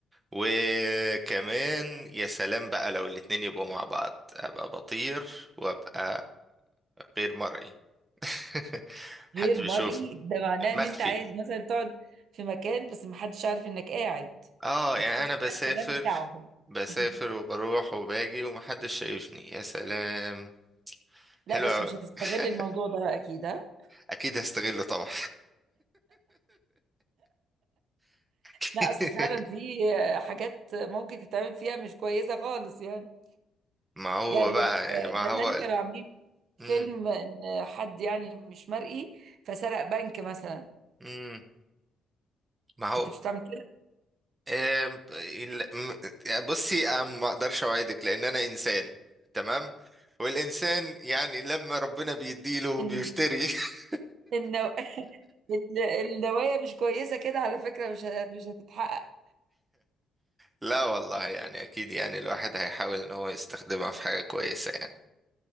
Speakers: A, on the right (about 20°); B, on the right (about 70°).
A: وكمان يا سلام بقى لو الاتنين يبقوا مع بعض أبقى بطير وأبقى غير مرئي <laughs> محدش
B: غير مرئي
A: بيشوفني
B: ده معناه ان
A: مخفي
B: انت عايز مثلا تقعد في مكان بس محدش عارف انك قاعد
A: اه
B: وبتسمع
A: يعني انا بسافر
B: الكلام بتاعهم
A: بسافر
B: <laughs>
A: وبروح وباجي ومحدش شايفني يا سلام
B: لا
A: حلو
B: بس
A: قوي
B: مش هتستغل
A: <laughs>
B: الموضوع ده اكيد ها؟
A: اكيد هستغله طبعا <laughs>
B: لا اصل فعلا في حاجات ممكن تتعمل فيها مش كويسه خالص يعني
A: ما هو
B: يعني
A: بقى يعني ما هو
B: زمان
A: ال-
B: كانوا عاملين فيلم
A: مم.
B: ان حد يعني مش مرئي فسرق بنك مثلا
A: مم. ما هو
B: انت مش هتعمل كده
A: آم، ال- م- يعني بصي أنا ما اقدرش اوعدك لان انا انسان تمام والانسان يعني لما ربنا بيديله
B: ان
A: بيفتري <laughs>
B: النو... <laughs> النوايا مش كويسه كده على فكره مش ه- مش هتتحقق
A: لا والله يعني اكيد يعني الواحد هيحاول ان هو يستخدمها في حاجة كويسة يعني